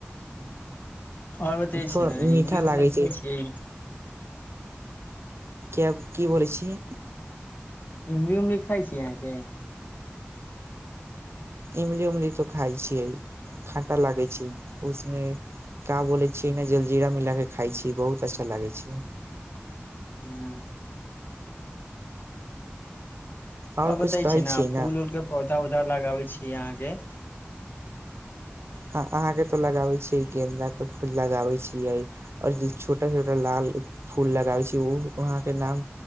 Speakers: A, on the left (about 45°); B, on the right (about 70°).
A: आओर बातऽ ई
B: थोड़
A: छै ने
B: मीठा
A: ईगी
B: लागै
A: उ कहइ छै
B: क्य की बोलय छी
A: इमरी उऊमरी खााय छिय अहाँके
B: इमली उमली तो खाइ छियै खाटा लागै छै उसमे का बोलै छियै ने जलजीरा मिला कऽ खाइ छी बहुत अच्छा लागै छै
A: हँ
B: आओर
A: ह बताय
B: कुछ कहै
A: छै ने
B: छियै
A: फूल उऊल के पौधा उौधा लगाबै छी अहाँके
B: हँ अहाँके तऽ लगाबै छियै गेन्दाके फूल लगाबै छियै आओर छोटा छोटा लाल फूल लगाबै छियै ओ वहाँके नाम